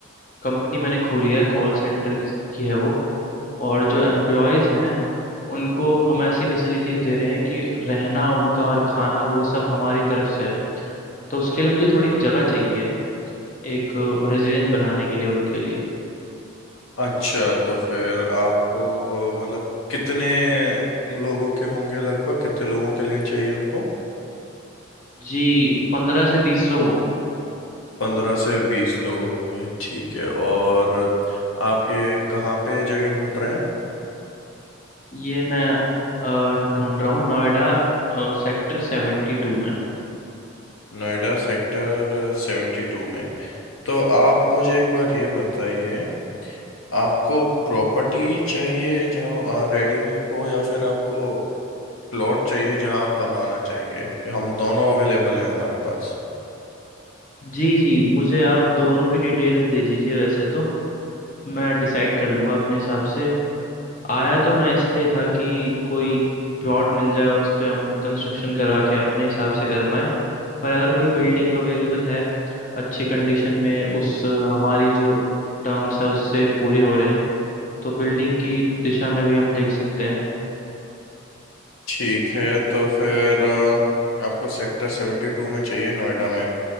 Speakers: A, on the left; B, on the left.
A: कंपनी मैंने खोली है कॉल सेंटर की की है वो और जो एम्प्लॉयज हैं उनको हम ऐसी फैसिलिटीज दे रहे हैं कि रहना उनका और खाना वो सब हमारी तरफ से है तो उसके लिए मुझे थोड़ी जगह चाहिए एक रेजिडेंस बनाने के लिए उनके लिए
B: अच्छा तो फिर आपको मतलब कितने लोगों के होंगे लगभग कितने लोगों के लिए चाहिए आपको
A: जी पंद्रह से बीस लोग होंगे
B: पंद्रह से बीस लोग होंगे ठीक है और आप ये कहाँ पे जगह ढूंढ रहे हैं
A: ये मैं अ, ढूंढ रहा हूँ नोएडा सेक्टर सेवेंटी टू में
B: नोएडा सेक्टर सेवेंटी टू में तो आप मुझे एक बार ये बताइए आपको प्रॉपर्टी चाहिए जहाँ रेडीमेड हो या फिर आपको प्लॉट चाहिए जहाँ आप बनवाना चाहेंगे हम दोनों अवेलेबल हैं हमारे पास
A: जी जी मुझे आप दोनों की डिटेल दे दीजिए वैसे तो मैं डिसाइड कर लूँगा अपने हिसाब से आया तो मैं इसलिए ही था कि कोई प्लॉट मिल जाए और उस पर हम कंस्ट्रक्शन करा के अपने हिसाब से कर पाएँ पर अगर कोई बिल्डिंग अवेलेबल है अच्छी कंडीशन में उस अ, हमारी जो टर्म्स है उससे पूरे हो रहे हैं तो बिल्डिंग की दिशा में भी हम देख सकते हैं
B: ठीक है तो फिर अ, आपको सेक्टर सेवेंटी टू में चाहिए नोएडा में